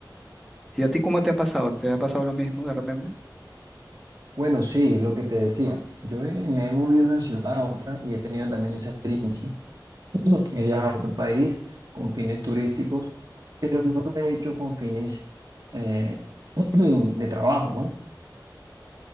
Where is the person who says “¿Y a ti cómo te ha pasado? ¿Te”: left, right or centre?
Centre